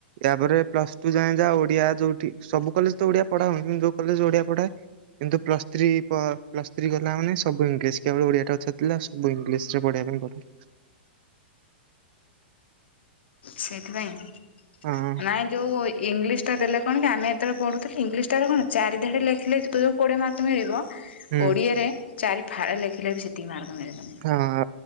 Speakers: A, on the right; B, on the left.
A: ୟାପରେ ପ୍ଲସ ଟୁ ଯାଏ ଯା ଓଡିଆ ଯଉଠି ସବୁ କଲେଜ ତ ଓଡିଆ ପଢା ହଉନି କିନ୍ତୁ ଯୋଉ କଲେଜ ଓଡିଆ ପଢା କିନ୍ତୁ ପ୍ଲସ୍ ଥ୍ରୀ ପ୍ଲସ୍ ଥ୍ରୀ ଗଲା ମାନେ ସବୁ ଇଂଲିଶ କେବଳ ଓଡିଆଟା ଛାଡି ଦେଲେ ସବୁ ଇଂଲିଶରେ ପଢ଼ିବା ପାଇଁ ପଡ଼।
B: ସେଇଥିପାଇଁ
A: ହଁ
B: ନାଇଁ ଯୋଉ ଇ ଇଂଲିଶଟା ଦେଲେ କଣ କି। ଆମେ ଯେତେ ବେଳେ ପଢ଼ୁଥିଲେ। ଇଂଲିଶ ଟାରେ କଣ ଚାରି ଧାଡ଼ି ଲେଖିଲେ ଯୋଉ କୋଡ଼ିଏ ମାର୍କ ଟା ମିଳିବ।
A: ହୁଁ।
B: ଓଡିଆରେ ଚାରି ଫାଳ ଲେଖିଲେ ବି ସେତିକି ମାର୍କ ମିଳିବନି।
A: ହଁ